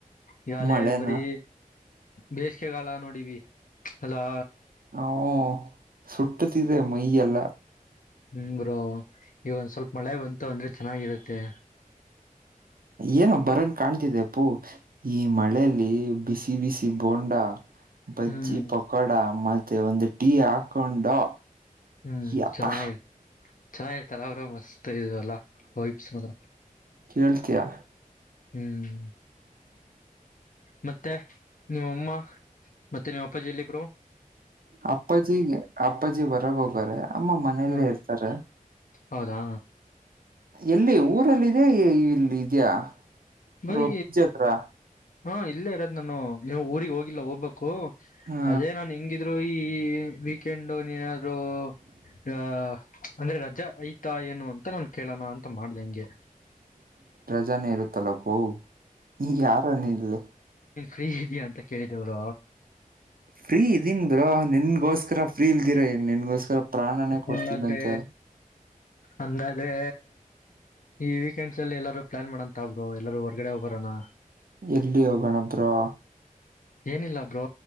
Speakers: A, on the left (about 65°); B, on the right (about 85°).
A: ಈಗಲೇ
B: ಮಳೆನಾ
A: ಬರೀ ಬೇಸಗೆಗಾಲ ನೋಡಿವಿ ಅಲ್ಲಾ.
B: ಹೂ ಸುಟ್ಟುತಿದೆ ಮೈಯಾಲ್ಲ.
A: ಹೂ ಬ್ರೋ ಈಗ ಸ್ವಲ್ಪ ಮಳೆ ಬಂತು ಅಂದ್ರೆ ಚೆನ್ನಾಗಿರತ್ತೆ
B: ಏನ್ ಬರಂಗ ಕಾಣ್ತಿದೆ ಅಪ್ಪೂ ಈ ಮಳೆಯಲ್ಲಿ ಬಿಸಿ ಬಿಸಿ ಬೋಂಡ. ಬಜ್ಜಿ
A: ಹ್ಮ್
B: ಪಕೋಡ ಮತ್ತೆ ಒಂದು ಟೀ ಹಾಕೊಂಡು.
A: ಹ್ಮ್
B: ಯಪ್ಪಾ
A: ಚೆನ್ನ ಚೆನ್ನಾಗಿರುತ್ತೆ ಅಲ್ವಾ ಬ್ರೋ ಮಸ್ತ್ ಇದಲ್ಲ ವೈಬೇಸ್ ಮಾತ್ರಾ.
B: ಕೇಳ್ತಯಾ.
A: ಹ್ಮ್ ಮತ್ ಮತ್ತೆ ನಿಮ್ ಅಮ್ಮ ಮತ್ತೆ ನಿಮ್ ಅಪ್ಪಾಜಿ ಎಲ್ಲಿ ಬ್ರೋ.
B: ಅಪ್ಪಾಜಿ ಅಪ್ಪಾಜಿ ಹೊರಗ ಹೋಗಾರೆ ಅಮ್ಮ ಮನೇಲ್ಲೇ
A: ಹ
B: ಇರ್ತಾರ
A: ಹೌದಾ
B: ಎಲ್ಲಿ ಊರಲ್ಲಿ ಇದ್ಯಾ ಇಲ್ಲಿ ಇದ್ಯಾ
A: ನಯ
B: ರೋಜತ್ರ
A: ಹಾ ಇಲ್ಲೇ ಇರೋದ್ ನಾನು ನೀವು ಊರಿಗೆ ಹೋಗಿಲ್ಲ ಹೋಗ್ಬೇಕು
B: ಹಾ
A: ಅದೇ ನಾನ್ ಹೆಂಗಿದ್ರು ಈ ವೀಕೆಂಡು ನೀನಾದ್ರು ಅ ಅಂದ್ರೆ ರಜಾ ಅಯ್ತು ಏನು ಅಂತ ನಾನ್ ಕೇಳೋಣ ಅಂತ ಮಾಡ್ದ ಹೆಂಗೆ
B: ಜನ ಇರುತ್ತಲ್ಲಪ್ಪೋ ಯಾರನ ಇಲ್ಲ
A: ಫೀ ಇದಯಾ ಅಂತ ಕೇಳಿದವರ
B: ಫ್ರೀ ಇದೀನ್ ಬರೋ ನಿನ ಗೊಸ್ಕಾ ಫ್ರೀ ಇಲ್ದಿರ ಏನ್ ನಿನ್ಗೋಸ್ಕರ ಪ್ರಾಣನೇ ಕೊಡ್ತೀನಂತೆ
A: ನಾದ್ರೆ ಅಂದ ಏ ಈ ವೀಕೆಂಡ್ಸ್ ಅಲ್ಲಿ ಎಲ್ಲಾರೂ ಪ್ಲಾನ್ ಮಾಡಂತಬ್ರು ಎಲ್ಲಾರೂ ಹೊರ್ಗಡೆ ಹೋಗ್ಬರನಾ
B: ಎಲ್ಲಿ ಹೋಗೋಣಬ್ರಾ
A: ಏನಿಲ್ಲ ಬ್ರೋ